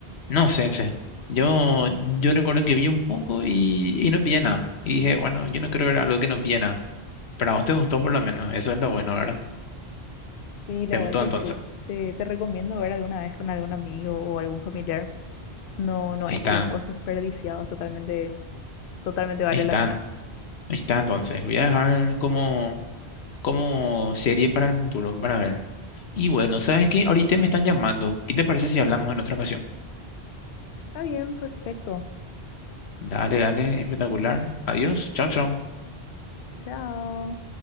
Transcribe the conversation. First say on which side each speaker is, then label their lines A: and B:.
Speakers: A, on the left (about 75°); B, on the left (about 60°).
A: no sé, che. Yo, yo recuerdo que vi un poco y, y no pillé nada. Y dije, bueno, yo no creo que era algo que no pillé nada. Pero a vos te gustó por lo menos, eso es lo bueno, ¿verdad?
B: Sí, la
A: ¿Te
B: verdad
A: gustó
B: que
A: entonces?
B: sí. Te, te recomiendo ver alguna vez con algún amigo o algún familiar No, no es
A: Está,
B: tiempo desperdiciado, totalmente, totalmente vale
A: está.
B: la pena.
A: Ahí está, entonces. Voy a dejar como, como serie para el futuro, para ver. Y bueno, ¿sabes qué? Ahorita me están llamando. ¿Qué te parece si hablamos en otra ocasión?
B: Está bien, perfecto.
A: Dale, dale, espectacular. Adiós, chao, chao.
B: Chao.